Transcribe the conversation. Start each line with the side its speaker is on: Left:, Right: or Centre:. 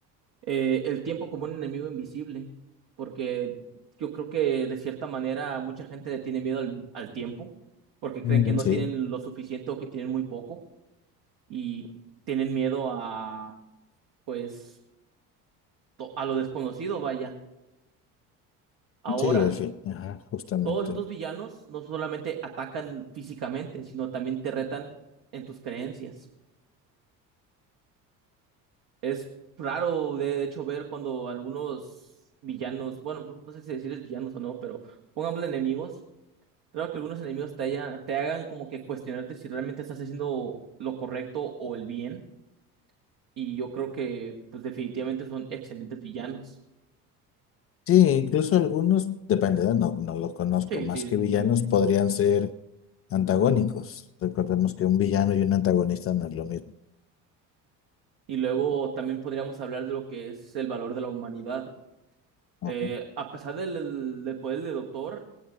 Right: eh, el tiempo como un enemigo invisible, porque yo creo que de cierta manera mucha gente le tiene miedo al, al tiempo, porque creen
Left: Mm,
Right: que no
Left: Sí,
Right: tienen lo suficiente o que tienen muy poco y tienen miedo a pues to- a lo desconocido, vaya. Ahora,
Left: sí, en fin. Ajá, justamente.
Right: todos estos villanos no solamente atacan físicamente, sino también te retan en tus creencias. Es raro, de, de hecho, ver cuando algunos villanos, bueno, no no sé si decirles villanos o no, pero pongámosle enemigos. Creo que algunos enemigos te, haya- te hagan como que cuestionarte si realmente estás haciendo lo correcto o el bien. Y yo creo que, pues, definitivamente son excelentes villanos.
Left: Sí, incluso algunos, depende, ¿verdad? no, no los conozco,
Right: Sí,
Left: más
Right: sí, definitivamente.
Left: que villanos podrían ser antagónicos. Recordemos que un villano y un antagonista no es lo mismo.
Right: Y luego también podríamos hablar de lo que es el valor de la humanidad.
Left: Ajá.
Right: Eh, a pesar del, del poder del doctor,